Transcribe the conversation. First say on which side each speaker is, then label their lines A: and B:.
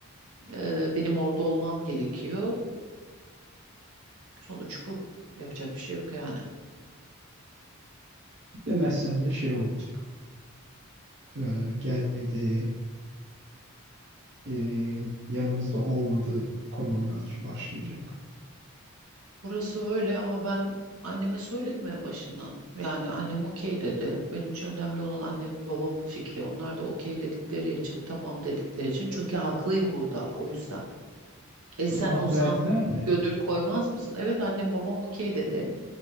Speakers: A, on the right; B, on the right.
A: e, benim orada olmam gerekiyor. Sonuç bu. Yapacak bir şey yok yani.
B: Demezsen de şey olacak. Ee, gelmedi, ee, yanımızda olmadı konulara aç- başlayacak.
A: Burası öyle ama ben anneme söyledim
B: E,
A: en başından. Yani annem okey dedi. Benim için önemli olan annemin babamın fikri. Onlar da okey dedikleri için, tamam dedikleri için. Çünkü haklıyım burada o yüzden. E
B: Sana
A: sen
B: hak
A: olsan
B: verdiler mi?
A: gönül koymaz mısın? Evet annem babam okey dedi.